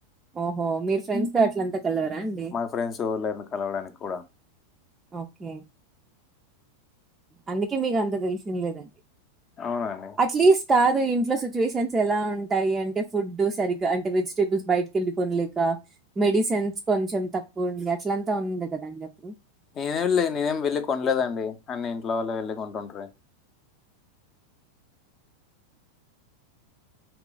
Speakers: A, on the right; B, on the left.
A: ఓహో మీ ఫ్రెండ్స్ త అట్లంతా. కలవరా అండి
B: మా ఫ్రెండ్స్ ఎవరు లేరు కలవడానికి కూడా.
A: ఓకే అందుకే మీకు అంత తెలిసింది లేదండి
B: అవునండి
A: అట్లీస్ట్ ఇంట్లో సిచ్యువేషన్స్ ఎలా ఉంటాయి అంటే ఫుడ్ సరిగగా అంటే వెజిటేబుల్స్ బయటకిళ్ళి కొనలేక. మెడిసిన్స్ కొంచెం తక్కువ ఉంది అట్లంతా ఉంది కదండి అప్పుడు.
B: నేనేమిళ్ళ నేనేమి వెళ్లి కొనలేదండి అన్ని ఇంట్లో వాల్ల వెళ్ళి కొంటుంట్రి.